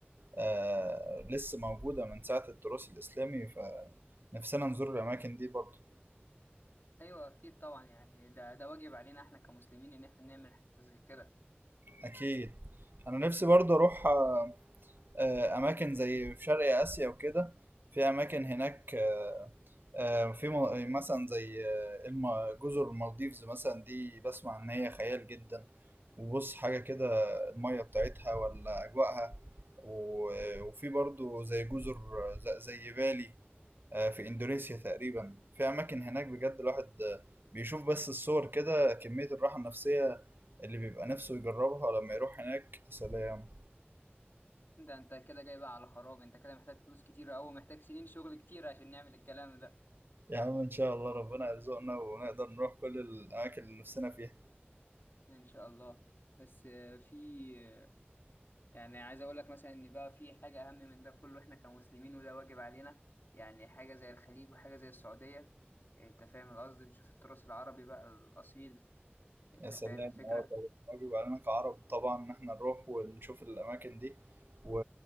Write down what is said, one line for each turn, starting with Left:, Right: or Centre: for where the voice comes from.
Right: آه لسه موجودة من ساعة التراث الإسلامي فنفسنا نزور الأماكن دي برضه
Left: ايوه اكيد طبعا يعني ده ده واجب علينا احنا كمسلمين ان احنا نعمل حاجه زي كده
Right: أكيد أنا نفسي برضه أروح آه آه، أماكن زي في شرق آسيا وكده في أماكن هناك آه، آه، في م- مثلا زي آه، الم- جزر المالديفز مثلا دي بسمع ان هي خيال جدا وبص حاجة كده المية بتاعتها ولا أجواءها و- وفي برضو زي جزر ز- زي بالي آه، في إندونيسيا تقريبا في أماكن هناك بجد الواحد آه، بيشوف بس الصور كده كمية الراحة النفسية اللي بيبقى نفسه يجربها لما يروح هناك سلام
Left: ده انت كده جاي بقى على خراب انت كده محتاج فلوس كتيره قوي محتاج سنين شغل كتيره عشان نعمل الكلام ده
Right: يا عم إن شاء الله ربنا يرزقنا ونقدر نروح كل الأماكن اللي نفسنا فيها
Left: ان شاء الله بس آه، في آه، يعني عايز اقول لك مثلا ان بقى في حاجه اهم من ده كله احنا كمسلمين وده واجب علينا يعني حاجه زي الخليج وحاجه زي السعوديه انت فاهم القصد نشوف التراث العربي بقى الاصيل انت
Right: يا سلام
Left: فاهم الفكره
Right: اه طبعا واجب علينا كعرب طبعا ان احنا نروح ونشوف الاماكن دي و...